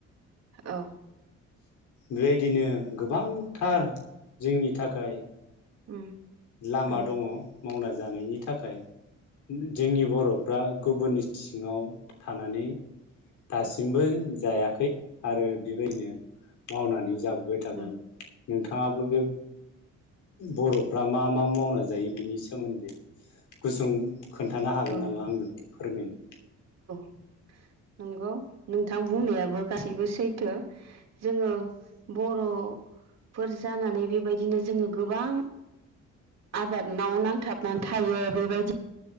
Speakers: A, on the right; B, on the left.
A: औ
B: बेबायदिनो गोबांथार जोंनि थाखाय
A: उम
B: लामा
A: उम
B: दंङ मावना जानायनि थाखाय जोंनि बर'फ्रा गुबुननि सिङाव थानानै दासिमबो जायाखै आरो बेबायदिनो मावनानै जाबोबाय थागोन
A: औ
B: नोंथांङाबो बे बरफ फ्रा मा मा मावना जायो बिनि सोमोन्दै गुसुं खोन्थानो हागोन
A: औ औ
B: नामा आंनोबो फोरमायनो
A: नंगौ नोंथां बुंनायाबो गासैबो सैथो जोंङो बर'फोर जानानै बेबायदिनो जोंङो गोबां आबाद माव नांथाबनानै थायो बेबायदि